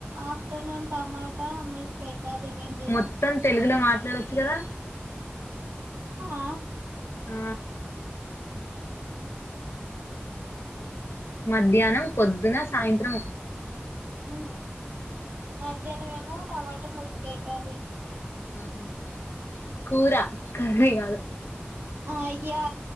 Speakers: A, on the right (about 80°); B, on the left (about 75°).
A: ఆఫ్టర్నూన్ టమాటా ములక్కాయ కర్రీ మేం తినం
B: మొత్తం తెలుగులో మాత్రం వెళ్లొచ్చు కదా
A: ఆ
B: ఆ మధ్యాహ్నం పొద్దున సాయంత్రం
A: హు మధ్యాహ్ననేమో టమాటో ములక్కాయ కర్రీ
B: ఆహా కూర కర్రీ కాదు
A: అయ్యో